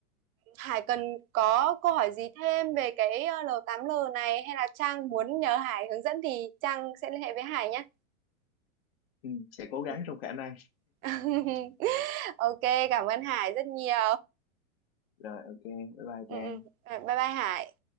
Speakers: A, on the right; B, on the left.
A: Hải cần có câu hỏi gì thêm về cái ờ, L8L này hay là Trang muốn nhờ Hải hướng dẫn thì Trang sẽ liên hệ với Hải nhé.
B: ừ. sẽ cố gắng
A: Ừ.
B: trong khả năng
A: <laughs> Ok, cảm ơn Hải rất nhiều.
B: rồi ok bye bye
A: Ừ,
B: Trang
A: ừ. Ờ, Bye bye Hải.